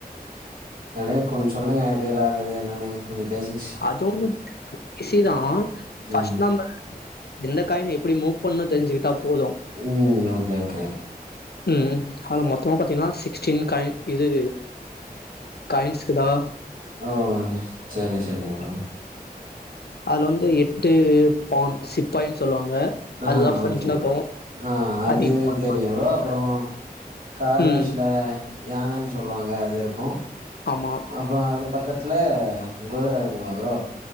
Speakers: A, on the right; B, on the left.
A: அப்டியே கொஞ் சொல்லுங்க எப்டி விளையாட்றது என்னனு கொஞ்சோ பேசிக்
B: அது ஒன்னு ப்ரச்சன இல்ல ஈசிதா ஃபஸ்ட்
A: ம்
B: நம்ப எந்த காயின் எப்டி மூவ் பண்ணு தெரிஞ்சுகிட்டா போது
A: ம் ஓகே ஓகே
B: ம் அதுல மொத்தமா பாத்திங்னா சிக்ஸ்ட்டீன் காயின் இது காயின்ஸ்க்குதா
A: ஓ செரி செரிங் ப்ரோ
B: அதுல வந்து எட்டு பான் சிப்பாயின் சொல்லுவாங்க
A: அ
B: அதுதா ஃப்ரண்ட்ல
A: ஓகே
B: இருக்கு
A: ப்ரோ அ அது
B: நீங்க போர்டு
A: தெரியு
B: பாத்துருக்கீங்களா?
A: ப்ரோ அப்பறோ கார்னர்ஸ்ல
B: ம்
A: யானன் சொல்லுவாங்க அது இருக்கு
B: ஆமா
A: அப்றோ அது பக்கத்துல குதுர இருக்குமா ப்ரோ